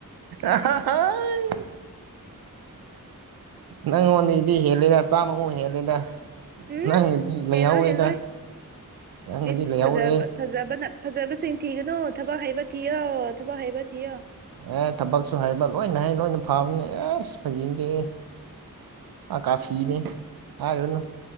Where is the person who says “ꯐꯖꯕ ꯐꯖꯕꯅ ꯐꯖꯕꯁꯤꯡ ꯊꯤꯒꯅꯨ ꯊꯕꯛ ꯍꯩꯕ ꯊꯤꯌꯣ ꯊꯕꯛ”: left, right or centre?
Right